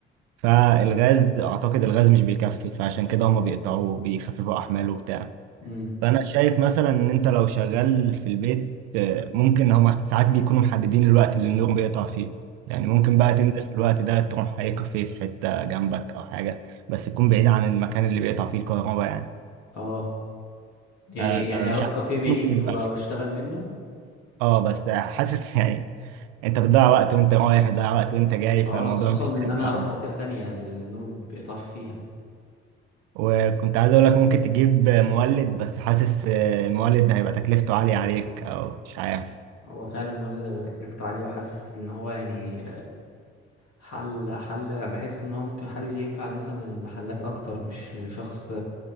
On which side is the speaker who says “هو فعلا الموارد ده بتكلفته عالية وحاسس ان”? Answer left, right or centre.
Left